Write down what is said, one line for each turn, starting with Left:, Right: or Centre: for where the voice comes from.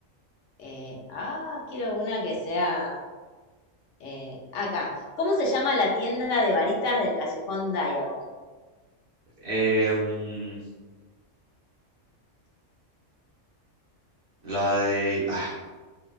Left: eh, ah, quiero una que sea Eh, acá. ¿Cómo se llama la tienda de varitas del callejón Diagon?
Right: Em, la de... ah,